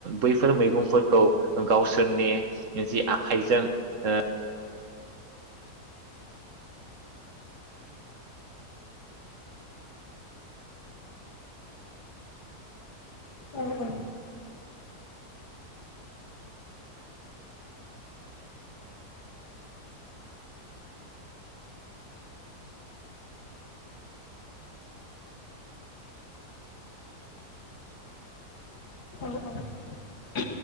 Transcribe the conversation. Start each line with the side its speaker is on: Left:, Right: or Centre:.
Right: बैफोर मैगंफोरखौ गावसोरनि जि आखाइजों ओ
Left: औ औ। औ औ <unintelligible>